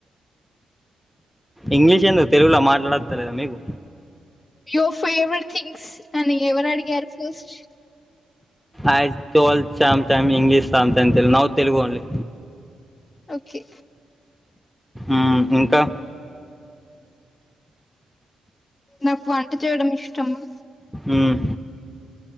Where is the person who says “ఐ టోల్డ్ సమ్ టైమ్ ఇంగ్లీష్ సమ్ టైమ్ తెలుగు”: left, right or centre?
Centre